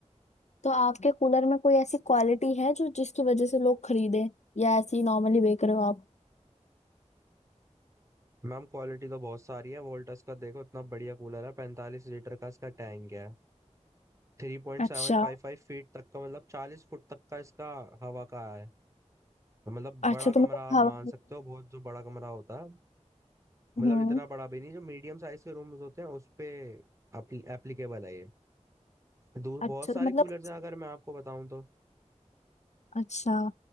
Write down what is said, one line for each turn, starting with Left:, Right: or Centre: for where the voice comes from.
Left: तो आपके कूलर में कोई ऐसी क्वालिटी है जो जिसकी वजह से लोग खरीदें या ऐसे ही नॉर्मली बेच रहे हो आप
Right: मैम क्वालिटी तो बहुत सारी है वोल्टस का देखो इतना बढ़िया कूलर है पैंतालीस लीटर का इसका टैंक है Three point
Left: अच्छा
Right: seven five five feet तक का मतलब चालीस फुट तक का इसका हवा का है तो मतलब
Left: अच्छा
Right: बड़ा
Left: तो
Right: कमरा
Left: मतलब
Right: आप
Left: हवा
Right: मान सकते हो बहुत जो बड़ा कमरा होता है मतलब
Left: हम्म
Right: इतना बड़ा भी नहीं जो मीडियम साइज के रूम्स होते हैं उस पे एप्लीकेबल है ये दूर
Left: अच्छा
Right: बहुत सारे
Left: तो मतलब
Right: कूलर्स हैं अगर मैं आपको बताऊं तो
Left: अच्छा